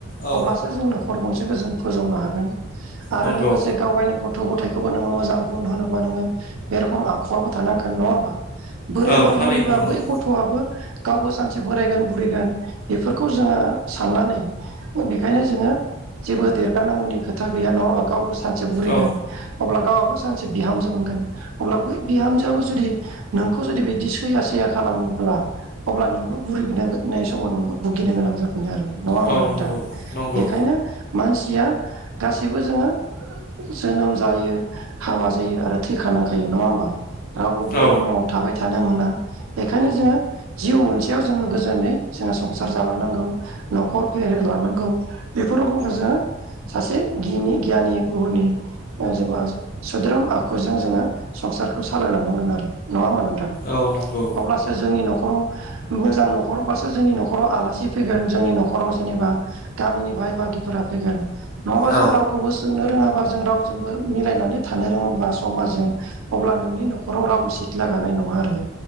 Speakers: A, on the left; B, on the right.
A: औ
B: अब्लासो जों नखर गंसेखौ जों फोजौनो हागोन आरो
A: नंगौ
B: लोगोसे गाव गायनि गथ थ गथायखौबो नोङो मोजां गुन होनोबा नोङो बे रखम आखुआाबबो थानांगोन नङा होमबा? बोरायबा
A: औ थारैनो
B: बुरैबा
A: नंगौ
B: बै गथआबो गावबो सानसे बोरायगोन बुरैगोन बेफोरखौ जोङो साननानै बेखायनो जोङो जेबो देरगानांगौनि खोथा गैया नङाबा गावबो सानसे बुरैगोन
A: औ
B: अब्ला गावआबबो सानसे बिहाम जो मोनगोन अब्ला बै बिहामजोआबो जुदि नोंखौ जुदि बिदि सैया सैया खालामोब्ला अब्ला नोंबो बुरि <unintelligible> समाव नोंबो भुगिनो गोनां जा गोन आरो नङा होमबा
A: औ
B: नोंथां
A: नंगौ नंगौ
B: बेखायनो मानसिया गासिबो जोङो जोनोम जायो हाबा जायो आरो थैखानांखायो नङा होमबा रावबो बे
A: औ
B: बुहुमाव थाबाय थानो मोना बेखायनो जोङो जिउ मोनसेयाव जोङो गोजोनै जों संसार जालांनांगौ नखर फेहेरलांनांगौ बेफोर गुनखौसो सासे गिनि गियानि गुहुनि <unintelligible> सोद्रोम आख जों जोङो संसारखौ सालायलांनांगोन आरो नङा होमबा नोंथां
A: औ नंगौ
B: अब्लासो जोंनि नख खराव मोजां नखरबासो जोंनि नखराव आलासि फैगोन जोंनि नखराव जेनेबा गामिनि बाय बागिफोरा फैगोन नङाबा जों
A: औ
B: रावखौबो सोंनो रोङाबा जों रावजोंबो मिलायनानै थानो रोङाबा समाजजों अब्ला नोंनि नखराव रावबो सिथ्ला गानाय नङा आरो